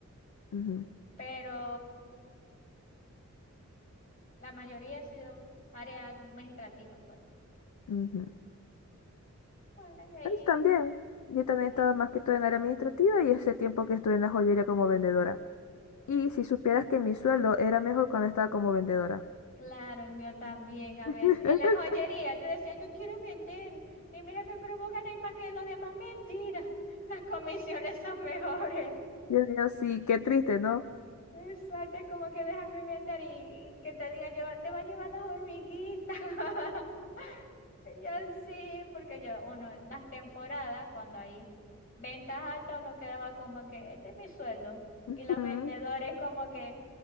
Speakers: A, on the left; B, on the left.
A: <laughs> Ujú,
B: pero la mayoría ha sido área administrativa, pues.
A: ujú.
B: Bueno, y ahí,
A: Él también. Yo también
B: sí.
A: he estado más que todo en área administrativa y ese tiempo que estuve en la joyería como vendedora. Y si supieras que mi sueldo era mejor cuando estaba como vendedora.
B: Claro, el mío también, a
A: <laughs>
B: veces. En la joyería, yo decía, yo quiero vender. Y mi jefe, pero vos ganáis más que los demás. Mentira, las comisiones son mejores.
A: Dios mío, sí, qué triste, ¿no?
B: Exacto, es como que déjame vender y, y que te diga, lleva, te va a llevar las hormiguitas. <laughs> Y Yo sí, porque yo, uno, las temporadas, cuando hay ventas altas, uno quedaba como que, este es mi sueldo.
A: Ujú.
B: Y los vendedores como que,